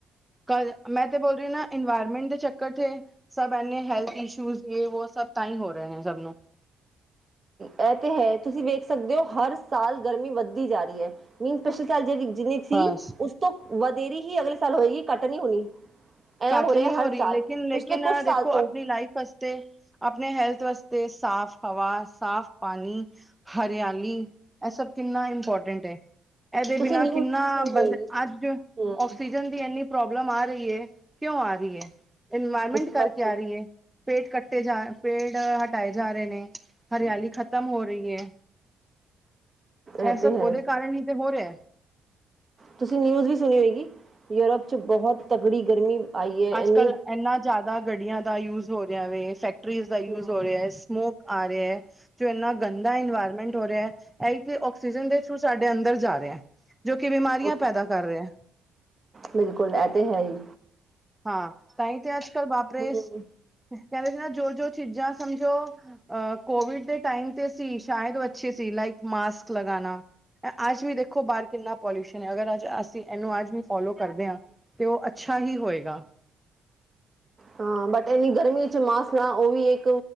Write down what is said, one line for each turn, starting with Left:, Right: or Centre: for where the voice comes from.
Centre: ਕਲ, ਮੈਂ ਤੇ ਬੋਲ ਰੀ ਨਾ ਇਨਵਾਇਰਮੈਂਟ ਦੇ ਚੱਕਰ ਤੇ ਸਭ ਐਨ ਏ ਹੈਲਥ ਇਸ਼ੂਜ਼ ਯੈ-ਵੋ ਸਭ ਤਾਈ ਹੋ ਰਹੇ ਸਭ ਨੂੰ।
Right: ਐ ਤੇ ਹੈ, ਤੁਸੀਂ ਵੇਖ ਸਕਦੇ ਹੋ ਹਰ ਸਾਲ ਗਰਮੀ ਵੱਧਦੀ ਜਾਂ ਰਹੀ ਐ, ਮੀਨ ਪਿਛਲੇ ਸਾਲ ਜਿੰਨੀ ਥੀ
Centre: ਬਸ
Right: ਉਸ ਤੋਂ ਵਧੇਰੀ ਹੀ ਅਗਲੇ ਸਾਲ ਹੋਏਗੀ ਘੱਟ ਨਹੀਂ ਹੋਣੀ ਐ
Centre: ਘੱਟ ਨੀ
Right: ਰਿਹਾ
Centre: ਹੋ
Right: ਹਰ
Centre: ਰਹੀ
Right: ਸਾਲ
Centre: ਲੇਕਿਨ-ਲੇਕਿਨ
Right: ਪਿਛਲੇ ਕੁਛ ਸਾਲ
Centre: ਦੇਖੋ ਆਪਣੀ
Right: ਤੋਂ
Centre: ਲਾਈਫ ਸ ਤੇ ਆਪਣੇ ਹੈਲਥ ਵਾਸਤੇ ਸਾਫ਼ ਹਵਾ ਸਾਫ਼ ਪਾਣੀ। ਹਰਿਆਲੀ ਐ ਸਭ ਕਿੰਨਾ ਇੰਪੋਰਟੈਂਟ ਐ। ਐਦੇ
Right: ਤੁਸੀਂ
Centre: ਬਿਨਾ
Right: ਨਿਊਜ਼
Centre: ਕਿੰਨਾ
Right: ਵੀ ਸੁਣੀ
Centre: ਬੰਦੇ
Right: ਹੋਏਗੀ
Centre: ਅੱਜ ਆਕਸੀਜਨ
Right: ਹੂੰ।
Centre: ਤੇ ਐਨੀ ਪ੍ਰੋਬਲਮ ਆ ਰਹੀ ਐ, ਕਿਉਂ ਆ ਰਹੀ ਐ, ਇਨਵਾਇਰਮੈਂਟ
Right: ਇਸੀ
Centre: ਕਰਕੇ
Right: ਵਾਸਤੇ
Centre: ਆ ਰਹੀ ਐ। ਪੇੜ ਕੱਟੇ ਜਾਂ, ਪੇੜ ਹਟਾਏ ਜਾਂ ਰੋ ਨੇ, ਹਰਿਆਲੀ ਖ਼ਤਮ ਹੋ ਰਹੀ ਐ।
Right: ਇਹ
Centre: ਐ
Right: ਤੇ
Centre: ਸਭ
Right: ਹੈ
Centre: ਉਹਦੇ ਕਾਰਨ ਹੀ ਤੇ ਹੋ ਰਿਹਾ।
Right: ਤੁਸੀਂ ਨਿਊਜ਼ ਵੀ ਸੁਣੀ ਹੋਏਗੀ, ਯੂਰੋਪ 'ਚ ਬਹੁਤ ਤਕੜੀ ਗਰਮੀ ਆਈ ਹੈ
Centre: ਅੱਜ-ਕੱਲ੍ਹ
Right: ਇੰਨੀ
Centre: ਏਨਾ ਜਾਦਾ ਗੱਡੀਆਂ ਦਾ ਯੂਜ ਹੋ ਰਿਹਾ ਵੇ, ਫੈਕਟਰੀਜ਼ ਦਾ ਯੂਜ
Right: ਹਾਂ
Centre: ਹੋ ਰਿਹਾ ਸਮੋਕ ਆ ਰਿਹਾ ਐ। ਜੋ ਇੰਨਾ ਗੰਦਾ ਇਨਵਾਇਰਮੈਂਟ ਹੋ ਰਿਹਾ, ਐ ਈ ਤੇ ਔਕਸੀਜਨ ਦੇ ਥਰੂ ਸਾਡੇ ਅੰਦਰ ਜਾ ਰਿਹਾ। ਜੋ ਕਿ ਬਿਮਾਰੀਆਂ
Right: ਉਹ ਤੇ
Centre: ਪੈਦਾ
Right: ਹੈ
Centre: ਕਰ ਰਿਹਾ।
Right: ਬਿਲਕੁਲ ਐ ਤੇ ਹੈ ਈ।
Centre: ਹਾਂ ਤਾਂ ਹੀ ਤੇ ਅੱਜ-ਕੱਲ੍ਹ
Right: ਹਮ
Centre: <unintelligible> ਜੋ-ਜੋ ਚੀਜ਼ਾਂ ਸਮਝੋ ਅ ਕੋਵਿਡ ਦੇ ਟਾਈਮ ਤੇ ਸੀ ਸ਼ਾਇਦ ਓ ਅੱਛੇ ਸੀ ਲਾਇਕ ਮਾਸਕ ਲਗਾਨਾ। ਅੱਜ ਵੀ ਦੇਖੋ ਬਾਰ ਕਿੰਨਾ ਪੋਲਿਊਸ਼ਨ ਹੈ ਅਗਰ ਅੱਜ ਅਸੀਂ ਏਨੂੰ ਅੱਜ ਵੀ ਫੋਲੋ ਕਰਦੇ ਆਂ ਤੇ ਓ ਅੱਛਾ ਹੀ ਹੋਏਗਾ।
Right: ਹਾਂ ਬਟ ਏਨੀਂ ਗਰਮੀ 'ਚ ਮਾਸ ਨਾ ਓ ਵੀ ਇੱਕ